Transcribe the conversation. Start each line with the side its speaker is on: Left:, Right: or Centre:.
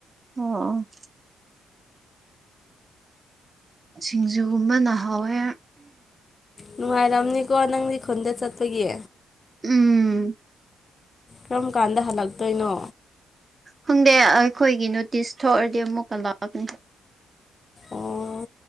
Right: ꯑꯣ ꯁꯤꯡꯖꯨꯒꯨꯝꯕꯅ ꯍꯥꯎꯋꯦ
Left: ꯅꯨꯡꯉꯥꯏꯔꯝꯅꯤꯀꯣ ꯅꯪꯗꯤ ꯈꯨꯟꯗ ꯆꯠꯄꯒꯤ
Right: ꯎꯝ
Left: ꯀꯔꯝ ꯀꯥꯟꯗ ꯍꯜꯂꯛꯇꯣꯏꯅꯣ
Right: ꯈꯪꯗꯦ ꯑꯩꯈꯣꯏꯒꯤ ꯅꯣꯇꯤꯁ ꯊꯣꯛꯑꯗꯤ ꯑꯃꯨꯛꯀ ꯂꯥꯛꯑꯒꯅꯤ
Left: ꯑꯣ